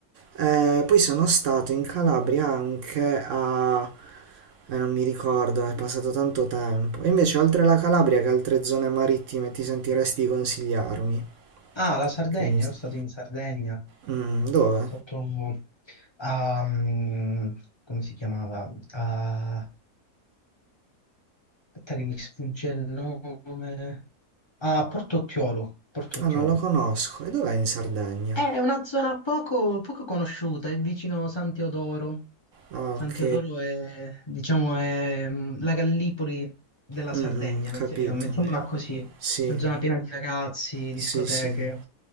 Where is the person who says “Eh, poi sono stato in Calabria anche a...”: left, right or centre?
Right